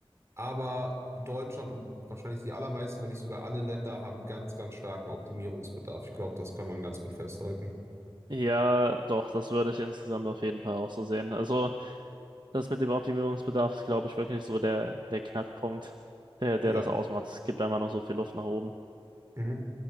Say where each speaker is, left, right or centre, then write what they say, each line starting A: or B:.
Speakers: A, on the right (about 30°); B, on the right (about 45°).
A: Aber Deutschland und wahrscheinlich die allermeisten, wenn nicht sogar alle Länder, haben ganz, ganz starken Optimierungsbedarf. Ich glaube, das kann man ganz gut festhalten.
B: Ja, doch, das würde ich insgesamt auf jeden Fall auch so sehen. Also Das mit dem Optimierungsbedarf ist, glaube ich, wirklich so der, der Knackpunkt, der,
A: Ja.
B: der das ausmacht. Es gibt einfach noch so viel Luft nach oben.
A: Mhm.